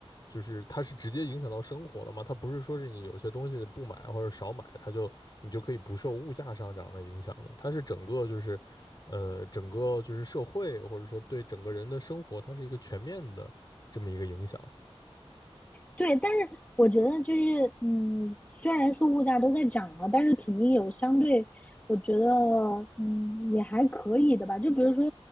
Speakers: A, on the left; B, on the left.
A: 就是它是直接影响到生活的嘛，它不是说是你有些东西不买或者少买，它就你就可以不受物价上涨的影响的，它是整个就是，呃，整个就是社会或者说对整个人的生活，它是一个全面的这么一个影响。
B: 对，但是我觉得就是，嗯，虽然说物价都在涨嘛，但是肯定有相对，我觉得，嗯，也还可以的吧。就比如说